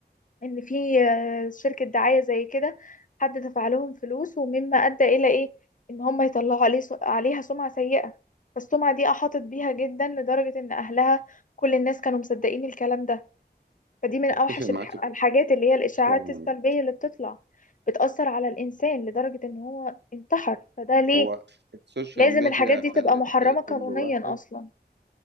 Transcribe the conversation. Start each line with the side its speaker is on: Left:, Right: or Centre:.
Left: ان في آه، شركة دعاية زي كده حد دفع لهم فلوس ومما ادى الى ايه ان هم يطلعوا عليه سو- عليها سمعة سيئة فالسمعة دي احاطت بيها جدا لدرجة ان اهلها كل الناس كانوا مصدقين الكلام ده فدي من اوحش
Right: أتفق معاك
Left: الح- الحاجات اللي هي الاشاعات
Right: فعلا
Left: السلبية اللي بتطلع بتأثر على الانسان لدرجة ان هو انتحر فده ليه
Right: هو السوشيال
Left: لازم
Right: ميديا
Left: الحاجات دي
Right: خلت
Left: تبقى محرمة قانونيا
Right: كل واحد
Left: اصلا